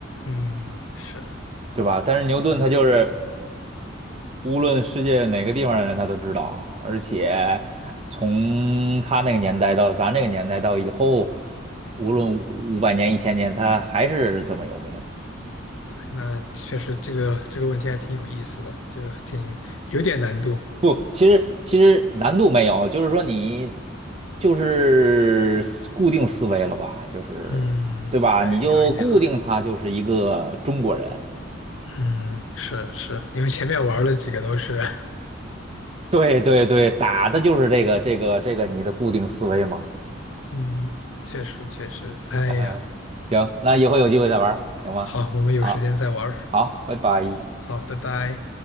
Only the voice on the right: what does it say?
对吧？但是牛顿他就是。
无论世界哪个地方的人，他都知道。而且从他那个年代到咱这个年代到以后，无论五百年、一千年，他还是这么有名。
不，其实其实难度没有，就是说你就是思固定思维了吧，就是对吧？
你就固定他就是一个中国人。
对对对，打的就是这个这个这个你的固定思维嘛。
<laughs>
呃，行，那以后有机会再玩儿行吗？
啊。好，拜拜。